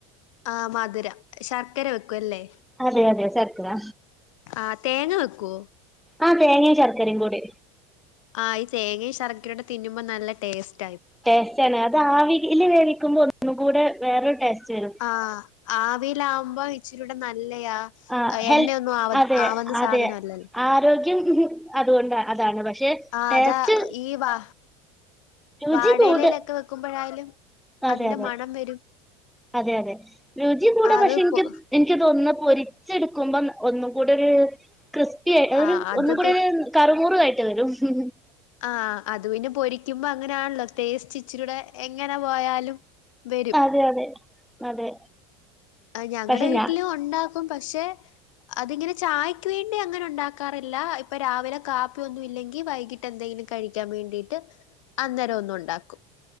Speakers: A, on the left (about 85°); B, in the centre.
A: ആ മധുരം ശർക്കര വെക്കുംല്ലേ
B: അതെ അതെ ശർക്കര
A: ആ തേങ്ങ വെക്കുവോ
B: ആ തേങ്ങേ ശർക്കരേം കൂടി
A: ആ ഈ തേങ്ങേ ശർക്കരുട തിന്നുമ്പ നല്ല ടേസ്റ്റ്
B: ടേസ്റ്റ് ആണ് അത് ആവില് വേവിക്കുമ്പോ ഒന്നും കൂട വേറൊരു ടേസ്റ്റ് വരും
A: ആ ആവിൽ ആവുമ്പ ഇച്ചരൂടെ നല്ല <unintelligible>
B: ആ ഹെൽ
A: എണ്ണയൊന്നും ആവ
B: അതെ
A: ആവുന്ന
B: അതെ
A: സാധനം അല്ലല്ലോ
B: ആരോഗ്യം അതുകൊണ്ട അതാണ് പക്ഷെ
A: ആ
B: ടേസ്റ്റ്
A: അതാ ഈ വാ
B: രുചി
A: വാഴ
B: കൂട്
A: യിലേ ലൊക്കെ വെക്കുമ്പഴായാലും
B: അതെ
A: അതിന്റെ
B: അതെ
A: മണം വരും
B: അതെ അതെ രുചി കൂടെ
A: ആഹ്
B: പക്ഷെ
A: അത്
B: എനിക്ക്
A: പൊ
B: എനിക്ക് തോന്ന <unintelligible> എടുക്കുമ്പ ഒന്നും കൂടൊരു ക്രിസ്പി
A: ആഹ് അത്
B: ഒന്നും കൂടൊരു കറുമുറ് <unintelligible>
A: ആ അത് പിന്നെ പൊരിക്കുമ്പോ അങ്ങനാണല്ലോ തേസ്ച്ചിരൂടെ എങ്ങനെ പോയാലും വരും
B: അതെ അതെ അതെ
A: ഞങ്ങടെ
B: പക്ഷെ
A: വീട്ടിലും
B: ഞാൻ
A: ഒണ്ടാക്കും പക്ഷെ അതിങ്ങനെ ചായക്ക് വേണ്ടി അങ്ങനെ ഒണ്ടാക്കാറില്ല ഇപ്പൊ രാവിലെ കാപ്പിയൊന്നും ഇല്ലെങ്കിൽ വൈകിട്ട് എന്തെങ്കിലും ക കഴിക്കാൻ വേണ്ടിട്ട് അന്നേരം ഒന്ന് ഒണ്ടാക്കും